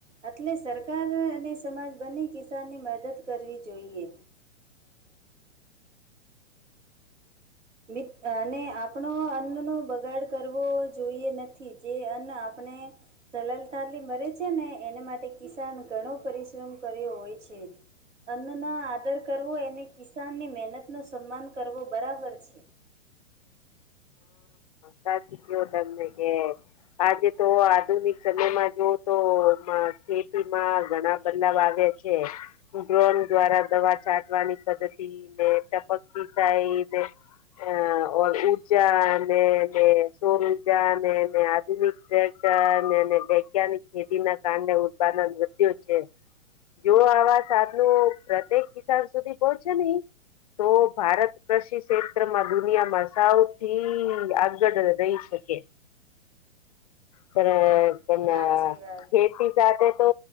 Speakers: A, on the right (about 75°); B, on the left (about 35°).
A: એટલે સરકાર અને સમાજ બની કે કિસાનની મદદ કરવી જોઈએ. મિત અને આપણો અન્નનોો બગાડ કરવો જોઈએ નથી જે અન્ન આપણે સલાલ થાલી મરે છે ને એને માટે કિસાન ઘણો પરિશ્રમ કર્યો હોય છે. અન્નના આદર કરવો અને કિસાનની મહેનત નો સન્માન કરવો બરાબર છે. એક <inaudible>
B: સાચી ક્યો તમે? આજે તો આધુનિક સમય માં જુઓ તો માં ખેતી માં ઘણા બદલાવ આવ્યા છે. છે. ડ્રોન દ્વારા દવા ચાંટવાની પદ્ધતિ ને ટપક સિંચાઈ જે હ ઓર ઉ ઉજા ને જે સોર ઉર્જા ને આધુનિકને <unintelligible> ને વૈજ્ઞાનિક ખેતી ના કારણે ઉત્પાદન વધ્યો છે. જો આવા સાધનો પ્રત્યેક કિસાન સુધી પોહોંચે નહી તો ભારત કૃષિ ક્ષેત્ર માં દુનિયામાં સાવ થી આગળ રહી શકે પણ પણ
A: સાચી વાત.
B: ખેતી સાથે તો